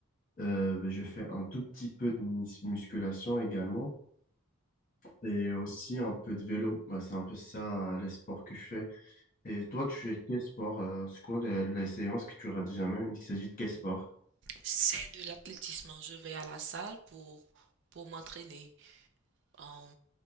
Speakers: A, on the left; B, on the right.
A: Euh, bah, je fais un tout petit peu de mus- musculation également. Et aussi un peu de vélo. Bah, c'est un peu ça, euh, les sports que je fais. Et toi, tu fais quel sport? euh, c'est quoi les, les séances que tu rates jamais? Il s'agit de quel sport?
B: C'est de l'athlétisme. Je vais à la salle pour, pour m'entraîner. Euh,